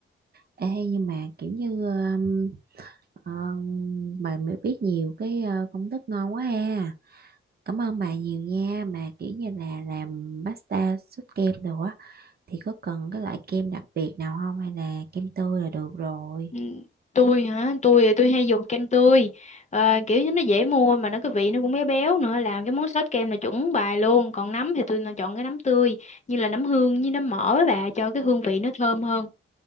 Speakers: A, on the right; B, on the left.
A: ê nhưng mà kiểu như um, ờ, bà mới biết nhiều cái ờ, công thức ngon quá ha cảm ơn bà nhiều nha mà kiểu như là làm pasta sốt kem đồ á thì có cần cái loại kem đặc biệt nào không hay là kem tươi là được rồi
B: Ừ, tôi hả tôi tôi hay dùng kem tươi Ờ, kiểu như nó dễ mua mà nó cái vị nó cũng béo béo nữa làm cái món sốt kem là chuẩn bài luôn còn nấm thì tôi chọn cái nấm tươi như là nấm hương với nấm mỡ á bà cho cái hương vị nó thơm hơn